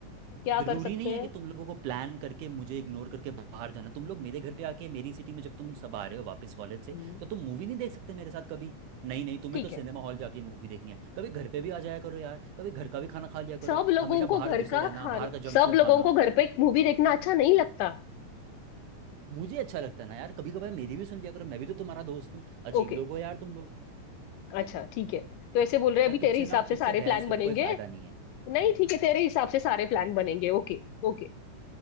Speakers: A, on the left; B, on the right.
A: क्या
B: जरूरी
A: कर सकते
B: नहीं है
A: हैं
B: कि तुम लोगों को प्लान करके मुझे इग्नोर करके बाहर जाना तुम लोग मेरे घर पे आके मेरी सिटी में जब तुम सब आ रहे हो वापस कॉलेज से
A: हम्म,
B: तो तुम मूवी नहीं देख सकते मेरे साथ कभी नहीं नहीं तुम्हें
A: ठीक
B: तो सिनेमा
A: है
B: हॉल जाके मूवी देखनी है कभी घर पे भी आ जाया करो यार कभी घर का भी खाना खा लिया
A: सब
B: करो
A: लोगों
B: हमेशा
A: को
B: बाहर
A: घर
B: घुसे
A: का
B: रहना
A: खाना
B: बाहर का जंक
A: सब
B: फूड
A: लोगों
B: खाना
A: को घर पे मूवी देखना अच्छा नहीं लगता
B: मुझे अच्छा लगता है ना यार कभी कभार मेरी भी सुन लिया करो मैं भी तो तुम्हारा दोस्त हूँ अजीब
A: ओके
B: लोग हो यार तुम लोग
A: अच्छा ठीक है तो ऐसे बोल रहे हैं,
B: यार
A: अभी तेरे
B: तुझसे
A: हिसाब
B: ना
A: से
B: तुझसे
A: सारे
B: बहस
A: प्लान
B: करके
A: बनेंगे
B: कोई फायदा नहीं है
A: नहीं ठीक है तेरे हिसाब से सारे प्लान बनेंगे ओके ओके